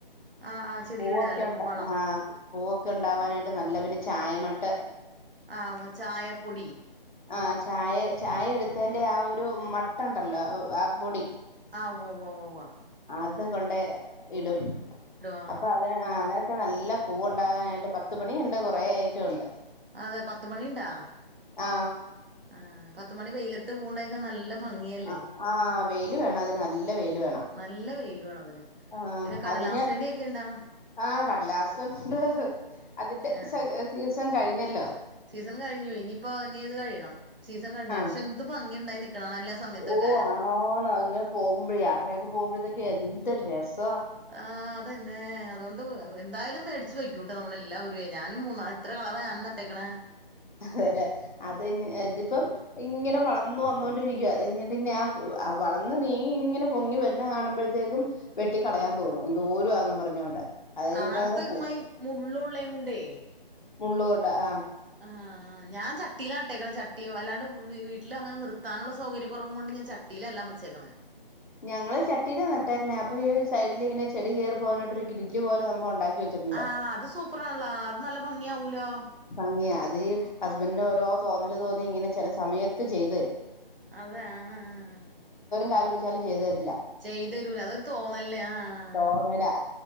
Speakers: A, on the right; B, on the left.
A: ആ ആ ചെടിൽ
B: പൂവൊക്കെ
A: ഇടാനല്ലേ
B: ഉണ്ട്
A: വളം
B: ആ പൂവൊക്കെ ഉണ്ടാവാനായിട്ട് നല്ല പിന്നെ ചായമട്ട്
A: ആഓ ചായപ്പൊടി
B: ആ ചായ ചായ എടുത്തേന്റെറെ ആ ഒരു മട്ട ഉണ്ടല്ലോ ആ പൊടി
A: ആ ഉവ്വ വ വ വ
B: ഇത് കൊണ്ട് ടും
A: ആ
B: അപ്പൊ അത് ആ അതൊക്കെ നല്ല നല്ല പൂവുണ്ടാകാനായിട്ട് പത്ത്മണി ഉണ്ട് കുറേ അയിറ്റം ഉണ്ട്
A: അതെ പത്ത് മണിണ്ടാ
B: ആ
A: ആ പത്ത മണി വെയിലത്ത് പൂവുണ്ടക്കാൻ നല്ല ഭംഗിയല്ലേ
B: ആ ആ വെയില് വേണം അതിന് നല്ല വെയില് വേണം
A: നല്ല വെയിൽ <unintelligible>
B: ആ
A: പിന്നെ കടലാസ്
B: അതിന്
A: ചെടിയൊക്കെ ഇണ്ടാ
B: ആ കടലാസുണ്ട് അതിന്റെ
A: ഏ
B: സീസൺ കഴി <unintelligible>
A: സീസൺ കഴിഞ്ഞു ഇനിയിപ്പോ ഇനി ഇത് കഴിയണം സീസൺ കഴിഞ്ഞ
B: ആ
A: പക്ഷെ എന്ത്‌ ഭംഗിയുണ്ടായി നിക്കണ കാണാല്ലേ ആ സമയത്തൊക്കെ
B: ഓ <unintelligible> ങ്ങനെ പോകുമ്പോഴെ യാത്രയൊക്കെ പോകുമ്പോഴതൊക്കെ എ ന്തൊരുരസാ
A: ആ അതെന്നെ അതുകൊണ്ട് എന്തായാലും മേടിച്ചു വയ്ക്കൂട്ടൊ നമ്മൾ എല്ലാവരു ഞാനും മൂന്ന എത്ര കളർ ഞാൻ നട്ടേക്കണേ
B: അതെല്ലെ അത് ഇതിപ്പം ഇങ്ങനെ വളർന്ന് വന്നോണ്ടിരിക്ക അത് കഴിഞ്ഞിട്ട് ഞാ വളർന്ന് നീങ്ങി ഇങ്ങനെ പൊങ്ങി വരുന്ന കാണുമ്പോഴത്തേക്കും വെട്ടിക്കളയാൻ തോന്നും <unintelligible> <unintelligible>
A: ആർത്തക്കമായി
B: അങ്ങ്
A: മുള്ളള്ളേ കൊണ്ടേ
B: മുള്ളു കൊണ്ട് ആ
A: ആ ഞാ ചട്ടിയിലാട്ടേക്കണേ ചട്ടി അല്ലാണ്ട് വീട്ടില് അങ്ങെ നിർത്താനുള്ള സൗകര്യ കുറവും കൊണ്ട് ഞാൻ ചട്ടിയിലെല്ലാം വെച്ചേക്കണേ
B: ഞങ്ങൾ ചട്ടീലാ നട്ടേക്കണേ അപ്പൊ ഈ സൈഡിലിങ്ങനെ ചെടി കേറി പോവാനായിട്ട് ഒരു ഗ്രില്ല് പോലെ നമ്മൾ ഉണ്ടാക്കി വെച്ചിട്ടുണ്ട്
A: ആ അത് സൂപ്പറാണല്ലോ അത് നല്ല ഭംഗിയാവൂലോ
B: ഭംഗിയാ അത് ഹസ്ബൻഡിന്റെ ഓരോ തോന്നൽ തോന്നി ഇങ്ങനെ ചില സമയത്ത് ചെയ്തു തരും
A: അതെ ആ ആ ആ
B: കാല്‌ പിടിച്ചാലെ ചെയ്ത് തരു
A: ചെയ്തുതരൂല്ലഅതൊ തോന്നല്ലേ ആആആ
B: തോന്നലാ